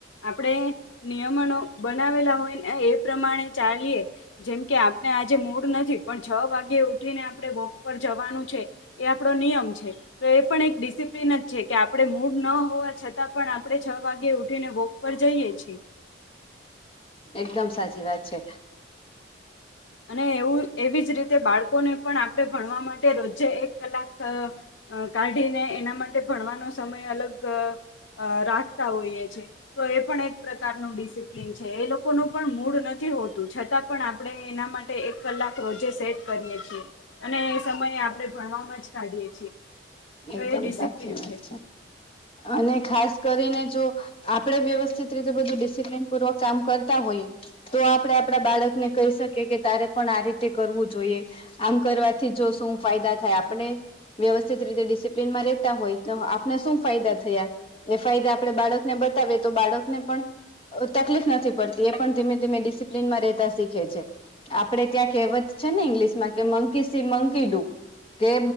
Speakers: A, on the left (about 85°); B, on the left (about 30°).
A: આપણે નિયમનો બનાવેલા હોય ને એ પ્રમાણે ચાલીએ. જેમ કે આપણે આજે મૂડ નથી પણ છ વાગે ઉઠીને આપણે વોક પર જવાનું છે. એ આપડો નિયમ છે. તો એ પણ એક ડિસિપ્લિન જ છે કે આપણે મૂડ ન હોવા છતાં પણ આપણે છ વાગે ઉઠીને વોક પર જઈએ. છે
B: એકદમ સાચી વાત છે.
A: અને એવું એવી જ રીતે બાળકોને પણ આપણે ભણવા માટે રોજે એક કલાક અ કાઢીને એના માટે ભણવાનો સમય અલગ એક અ રાખતા હોઈએ છે તો એ પણ એક પ્રકારનું ડિસિપ્લન છે એ લોકો કોનું પણ મૂડ નથી હોતું છતાં પણ આપણે એના માટે એક કલાક રોજે સેટ કરીએ છીએ અને એ સમયે આપણેે ભણવામાં જ કાઢીએ છીએ તો
B: એકદમ
A: એ ડિસિપ્લિન
B: સાચી વાત
A: છે.
B: અને ખાસ કરીને જો આપણેે વ્યવસ્થિત રીતે બધું ડિસિપ્લન પૂર્વક કામ કરતા હોઈએ. તો આપડે આપડા બાળક ને કહી શકીએ કે તારે પણ આ રીતે રીતે કરવું જોઈએ આમ કરવાથી જો શું ફાયદા આપણે વ્યવસ્થિત રીતે ડિસિપ્લનમાં રહેેતા હોય તો આપને શું ફાયદા થયા. એ ફાયદા આપણે બાળકને બતાવીએ તો બાળકને પણ તકલીફ નથી પડતી એ પણ ધીમે ધીમે ડિસિપ્લીનમાં રહેતા શીખે છે. આપડે ત્યાં કહેવત છે ને ઇંગ્લિશ માં કે મંકી સી મંકી ડુ કે